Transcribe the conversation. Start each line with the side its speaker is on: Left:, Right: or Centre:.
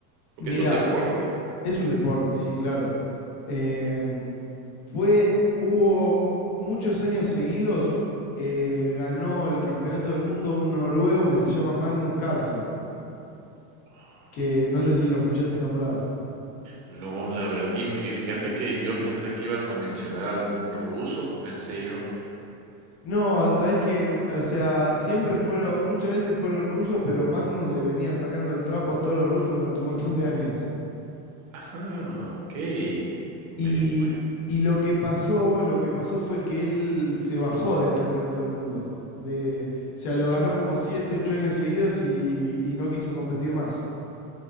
Right: Porque
Left: Mira,
Right: es un deporte.
Left: Es un deporte, sí, claro. Eh, fue, hubo muchos años seguidos, eh, ganó el campeonato del mundo un noruego que se llama Magnus Carlsen,
Right: Ah,
Left: que no
Right: mi
Left: sé si lo escuchaste nombrar.
Right: no, la verdad, y me y fíjate que yo pensé que ibas a mencionar algún ruso, pensé yo.
Left: No, sabes que, o sea, siempre fueron, muchas veces fueron rusos, pero Magnus le venía sacando el trapo a todos los rusos durante un montón de años.
Right: Ajá, okey. Ve,
Left: Y,
Right: pues.
Left: y lo que pasó, lo que pasó fue que él se bajó del campeonato del mundo. De, o sea,
Right: Mm,
Left: lo ganó como 7 8 años seguidos y, y no quiso competir más.